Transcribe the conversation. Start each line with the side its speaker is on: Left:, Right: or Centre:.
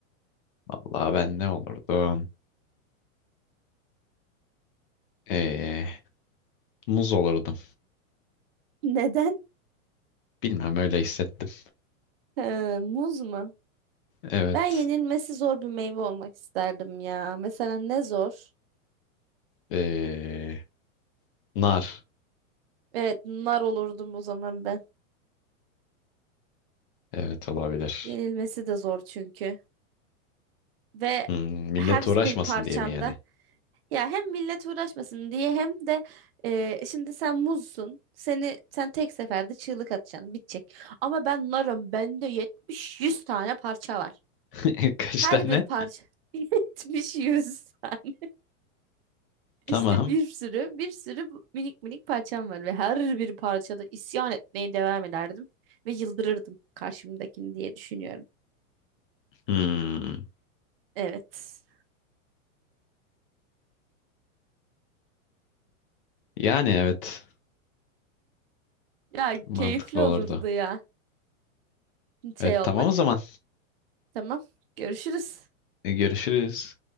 Left: Vallahi ben ne olurdum? Ee, muz olurdum.
Right: <laughs> Neden?
Left: Bilmem öyle hissettim.
Right: Ee, muz mu?
Left: Evet.
Right: Ben yenilmesi zor bir meyve olmak isterdim ya. Mesela ne zor?
Left: Ee, nar.
Right: Evet, nar olurdum o zaman ben.
Left: Evet olabilir.
Right: Yenilmesi de zor çünkü. Ve
Left: Hmm, millet
Right: her
Left: uğraşmasın
Right: bir parçamda
Left: diye mi yani?
Right: Ya hem millet uğraşmasın diye hem de e, şimdi sen muzsun. Seni sen tek seferde çığlık atacaksın, bitecek. Ama ben narım, bende 70-100 tane parça var.
Left: <laughs> Kaç
Right: Her
Left: tane?
Right: bir parça <laughs> 70-100 tane.
Left: Tamam.
Right: İşte bir sürü, bir sürü bu minik minik parçam var ve her bir parçada isyan etmeye devam ederdim ve yıldırırdım karşımdakini diye düşünüyorum.
Left: Hmm,
Right: Evet.
Left: yani evet.
Right: Ya
Left: Mantıklı
Right: keyifli
Left: olurdu.
Right: olurdu ya şey
Left: Evet
Right: olmak.
Left: tamam o zaman.
Right: Tamam. Görüşürüz.
Left: Ee, Görüşürüz.